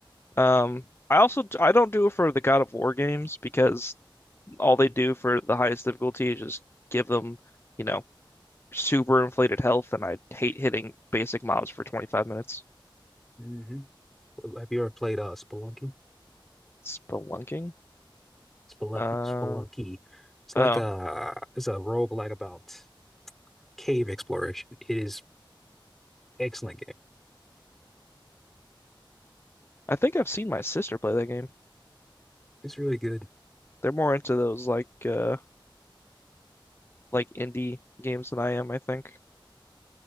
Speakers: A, on the left; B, in the centre.
A: Um, I also I don't do it for the God of War games because all they do for the highest difficulty is just give them, you know, super inflated health, and I hate hitting basic mobs for 25 minutes.
B: hmm Have you ever played uh Spelunky?
A: Spelunking?
B: Spelunky,
A: Uh
B: Spelunky. It's like
A: oh.
B: a it's a roguelike about cave exploration. It is excellent game.
A: I think I've seen my sister play that game.
B: It's really good.
A: They're more into those like uh like indie games than I am, I think.